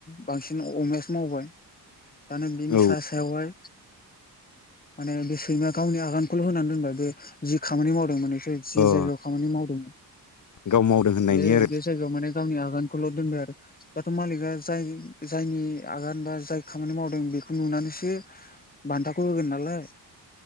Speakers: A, on the left; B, on the left.
A: बांसिन अमायासो मावबाय दान बिनि
B: औ
A: सा सायाव हाय माने बे सैमाया गावनि आगानखौल' होनानै दोनबाय बे जि खामानि मावदोंमोन नोंसोर जि जायगायाव
B: अ
A: खामानि मावदोंमोन
B: गाव मावदों होननायनि
A: बे
B: आरो
A: बे जायगायाव माने गावनि आगानखौल' दोनबाय आरो दाथ' मालिकआ जाय जायनि आगान बा जाय खामानि मावदों बेखौ नुनानैसो बान्थाखौ होगोन नालाय